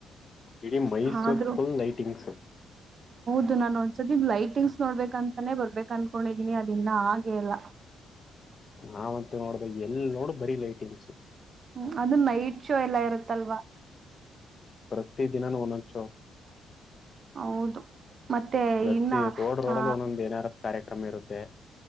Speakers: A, on the left (about 40°); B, on the right (about 45°).
A: ಇಡೀ ಮೈಸೂರ್
B: ಆದ್ರೂ
A: ಫುಲ್ ನೈಟಿಂಗ್ಸ್.
B: ಇದು ನಾ ನೋಡ್ಸದ ಇ ಲೈಟಿಂಗ್ಸ್ ನೋಡ್ಬೇಕಂತಾನೇ ಬರ್ಬೇಕ ಅನ್ಕೊಂಡಿದೀನಿ ಅದ ಇನ್ನ ಆಗೆ ಇಲ್ಲ..
A: ನಾವಂತ ನೋಡ್ದ ಎಲ್ ನೋಡು ಬರೀ ಲೈಟಿಂಗ್ಸ್.
B: ಹ್ಮ ಅದು ನೈಟ್ ಶೋ ಎಲ್ಲಾ ಇರುತ್ತಲ್ವಾ
A: ಕರೆಕ್ಟ್ ದಿನು ಒಂದೊಂದ್ ಶೋ.
B: ಹೌದು. ಮತ್ತೆ
A: ಪ್ರತಿ
B: ಇನ್ನ
A: ರೋಡ್ ರೋಡ್ಲ್ಲಿ
B: ಆ
A: ಒಂದೊಂದು ಏನಾರ ಕಾರ್ಯ. ಕ್ರಮ ಇರುತ್ತೆ.